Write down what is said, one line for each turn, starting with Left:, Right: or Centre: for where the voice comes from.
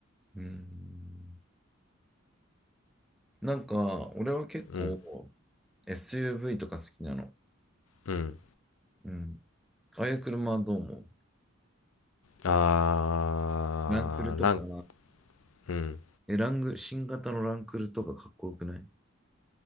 Centre: うんなんか、俺は結構
Left: うん、
Centre: SUV とか好きなの。
Left: うん。
Centre: うん。ああいう車はどう思う
Left: あー、
Centre: ランクルとか、
Left: なん、うん。
Centre: え、ラング、新型のランクルとかかっこよくない